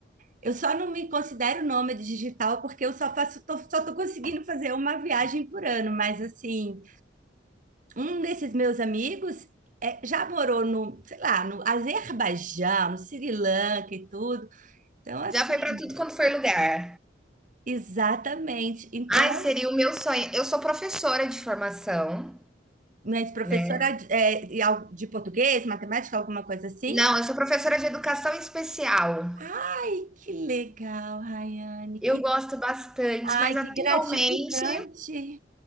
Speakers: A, on the right; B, in the centre.
A: Eu só não me considero nômade digital porque eu só faço, tô- só tô conseguindo fazer uma viagem por ano, mas assim, um desses meus amigos é, já morou no, sei lá, no Azerbaijão, no Sri Lanka e tudo. Então, assim,
B: Já foi para tudo quanto foi lugar.
A: exatamente. Então,
B: Ai, seria o meu sonho. Eu sou professora de formação,
A: Mas professora
B: né?
A: de é, e al- de português, matemática, alguma coisa assim?
B: Não, eu sou professora de educação especial.
A: Ai, que legal, Rayane.
B: Eu
A: Que,
B: gosto bastante,
A: ai,
B: mas atualmente,
A: que gratificante.